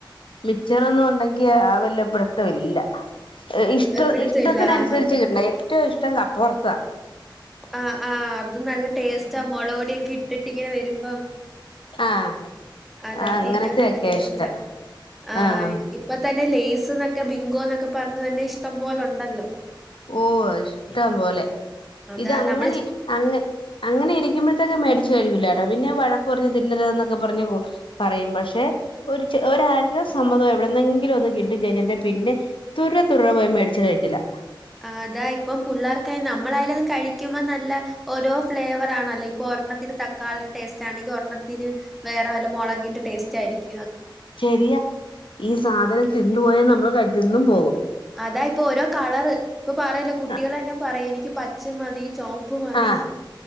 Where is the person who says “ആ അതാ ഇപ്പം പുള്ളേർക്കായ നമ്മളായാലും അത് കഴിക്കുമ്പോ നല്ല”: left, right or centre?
Centre